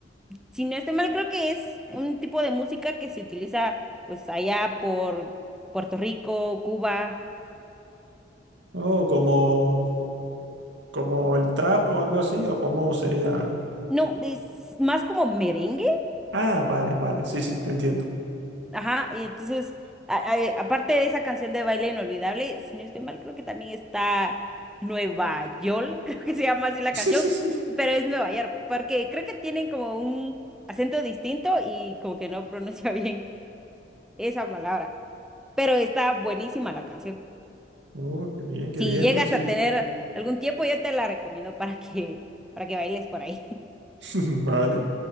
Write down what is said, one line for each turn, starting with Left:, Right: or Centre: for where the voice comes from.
Centre: Si no estoy mal, creo que es un tipo de música que se utiliza pues allá por Puerto Rico, Cuba.
Right: Oh, como, como el trap o algo así, o cómo sería.
Centre: No, es más como merengue.
Right: Ah, vale, vale, sí, sí, te entiendo.
Centre: Ajá, y entonces, a- a- aparte de esa canción de baile inolvidable, si no estoy mal, creo que también está Nueva York, <laughs> creo que se llama así
Right: <laughs>
Centre: la
Right: Sí,
Centre: canción,
Right: sí, sí.
Centre: pero es Nueva York, porque creo que tienen como un acento distinto y como que no pronuncia <laughs> bien esa palabra, pero está buenísima la canción.
Right: Oh, qué bien, qué
Centre: Si
Right: bien,
Centre: llegas
Right: ¿no? Sí.
Centre: a tener algún tiempo, yo te la recomiendo para que, para que bailes por ahí. <laughs>
Right: <laughs> Vale.